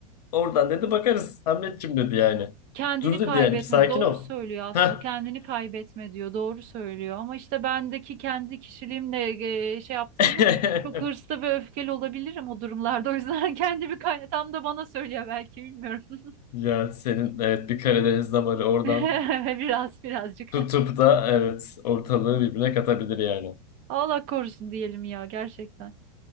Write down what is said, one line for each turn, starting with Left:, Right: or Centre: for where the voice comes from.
Left: Oradan dedi bakarız Hamletçim dedi yani.
Right: Kendini
Left: Dur dedi
Right: kaybetme
Left: yani bir sakin
Right: doğru
Left: ol.
Right: söylüyor aslında
Left: Heh.
Right: kendini kaybetme diyor doğru söylüyor ama işte bendeki kendi kişiliğimle e, şey yaptığımda
Left: <laughs>
Right: çok hırslı ve öfkeli olabilirim o durumlarda o yüzden <laughs> kendimi kay tam da bana söylüyor belki bilmiyorum
Left: Ya senin evet bir Karadeniz damarı oradan
Right: <laughs> biraz birazcık
Left: tutup da evet ortalığı birbirine katabilir yani.
Right: <laughs> Allah korusun diyelim ya gerçekten